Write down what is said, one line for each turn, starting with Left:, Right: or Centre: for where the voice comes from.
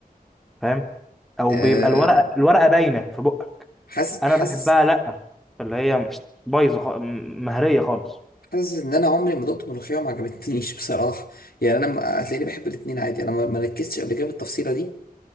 Centre: فاهم او
Left: آه
Centre: بيبقى الورقه الورقه باينه في بقك
Left: حاسس
Centre: انا
Left: حاسس
Centre: بحبها لا اللي هي بايظه خ- م- مهريه خالص
Left: حاسس ان انا عمري ما دقت ملوخيه وما عجبتنيش بصراحه يعني انا م- هتلاقيني بحب الاتنين عادي انا ما ما ركزتش قبل كده في التفصيله دي